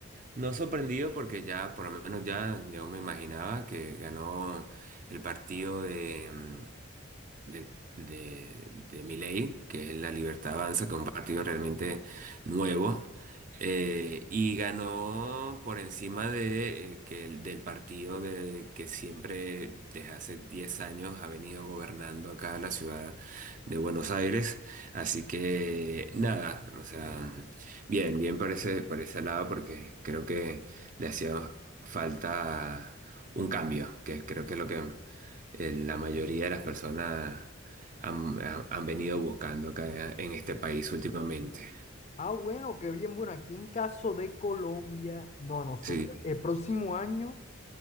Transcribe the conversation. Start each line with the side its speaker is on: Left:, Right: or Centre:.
Right: no sorprendido porque ya, por lo menos ya, yo me imaginaba que ganó el partido de... em, de, de, de Milei, que es la Libertad Avanza, que es un partido realmente nuevo, eh, y ganó por encima de, eh, que el- del partido de, que siempre desde hace 10 años ha venido gobernando acá la ciudad de Buenos Aires. Así que nada, o sea, bien, bien por ese, por ese lado, porque creo que le hacía falta un cambio, que creo que es lo que eh, la mayoría de las personas han, han- han venido buscando acá en este país últimamente.
Left: Ah, bueno, qué bien. Bueno, aquí en caso de Colombia, no, nosotros,
Right: Sí.
Left: el próximo año